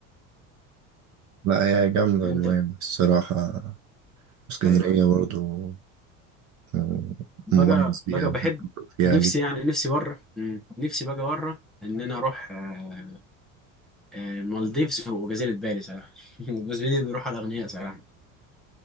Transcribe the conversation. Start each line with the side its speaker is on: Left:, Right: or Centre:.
Right: لا هي جامدة
Centre: انت
Right: نويبع الصراحة اسكندرية
Centre: ايوه ايوه
Right: برضه آه،
Centre: بقى
Right: مميز بيها
Centre: بقى
Right: بحب
Centre: بحب
Right: فيها
Centre: نفسي يعني نفسي بره مم. نفسي بقى بره ان انا اروح آه، آه، المالديفز وجزيره بالي صراحه <laughs> بس بدي بروح على الاغنياء صراحه